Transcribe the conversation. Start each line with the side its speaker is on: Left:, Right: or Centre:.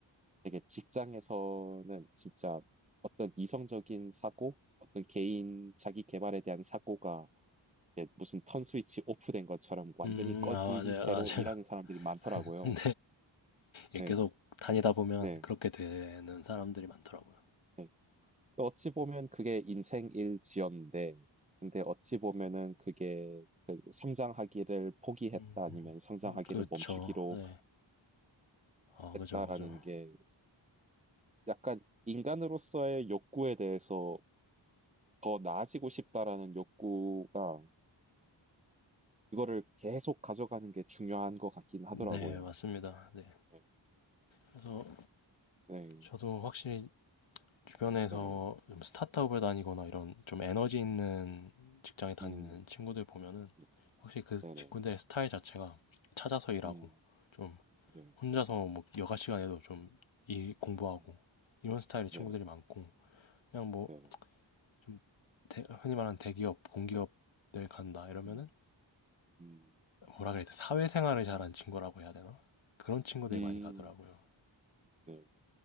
Right: 되게 직장에서는 진짜 어떤 이성적인 사고, 어떤 개인 자기 개발에 대한 사고가 이제 무슨 턴 스위치 오프된 것처럼 완전히
Left: 음,
Right: 꺼진
Left: 아, 맞아요,
Right: 채로
Left: 맞아요.
Right: 일하는 사람들이 많더라고요.
Left: <laughs> 네, 예,
Right: 네,
Left: 계속 다니다 보면
Right: 네,
Left: 그렇게 되는 사람들이 많더라고요.
Right: 네. 또 어찌 보면 그게 인생일지언데, 근데 어찌 보면은 그게 그 성장하기를 포기했다
Left: 음,
Right: 아니면 성장하기를
Left: 그렇죠.
Right: 멈추기로
Left: 네, 아,
Right: 했다라는
Left: 그죠, 그죠.
Right: 게 약간 인간으로서의 욕구에 대해서 더 나아지고 싶다라는 욕구가 이거를 계속 가져가는 게 중요한 것 같긴 하더라고요.
Left: 네, 맞습니다. 네.
Right: 네,
Left: 그래서
Right: 네,
Left: 저도 확실히 주변에서
Right: 네네.
Left: 좀 스타트업을 다니거나 이런 좀 에너지 있는 직장에 다니는
Right: 음,
Left: 친구들 보면은
Right: 네,
Left: 확실히 그
Right: 네네.
Left: 친구들의 스타일 자체가 찾아서 일하고
Right: 음,
Left: 좀
Right: 네,
Left: 혼자서 뭐 여가 시간에도 좀 일 공부하고
Right: 음,
Left: 이런 스타일의 친구들이
Right: 네네,
Left: 많고 그냥 뭐
Right: 네네.
Left: 좀 흔히 말하는 대기업, 공기업들 간다 이러면은
Right: 음, 음,
Left: 뭐라 그래야 돼 사회생활을 잘하는 친구라고 해야 되나 그런 친구들이
Right: 음,
Left: 많이 가더라고요.
Right: 네.